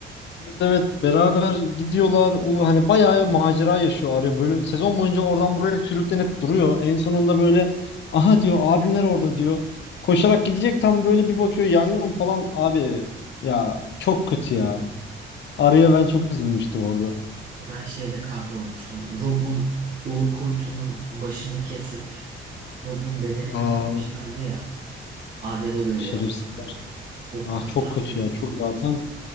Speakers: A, on the left; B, on the right.
A: Evet evet beraber gidiyorlar. Ulu hani bayağı macera yaşıyor araya böyle sezon boyunca oradan buraya sürüklenip duruyor. En sonunda böyle aha diyor abimler orada diyor. Koşarak gidecek tam böyle bir bakıyor yangın falan abi ya çok kötü ya. Araya ben çok üzülmüştüm orada.
B: Ben şeyde kahrolmuştum. Rob'un ulu kurtunun başını kesip Rob'un bedenine
A: Aa,
B: takmışlardı ya. Arya da görüyor
A: Şerefsiz.
B: hatta bunu. O
A: Ah
B: kadar
A: çok kötü
B: kötüydü
A: ya. Çok zaten
B: ki.